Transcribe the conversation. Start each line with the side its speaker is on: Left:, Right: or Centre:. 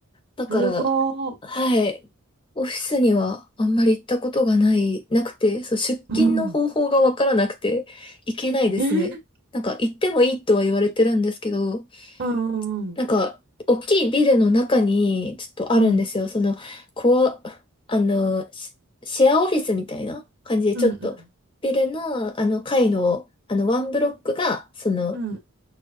Left: だから、
Right: すごー。
Left: はい。オフィスにはあんまり行ったことがない、なくて、そう、出勤の方法がわからなくて、
Right: うん。
Left: 行けないですね。
Right: えー、
Left: なんか、行ってもいいとは言われてるんですけど、
Right: うんうん
Left: なんか、大きいビルの中に、ちょっとあるんですよ。
Right: うん。
Left: その、こう、あの、シシェアオフィスみたいな感じで、
Right: うんうんう
Left: ちょっと、ビルの、あの、階の、
Right: ん。
Left: あの、ワンブロックが、その、
Right: うん。